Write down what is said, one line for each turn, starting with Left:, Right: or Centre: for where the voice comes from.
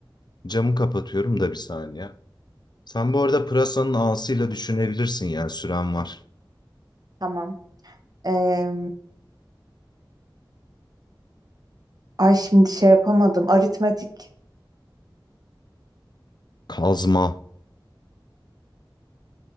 Left: Camı kapatıyorum da bir saniye. Sen bu arada pırasanın ağasıyla düşünebilirsin yani süren var.
Right: Tamam. Ee, ay şimdi şey yapamadım. Aritmetik.
Left: Kazma.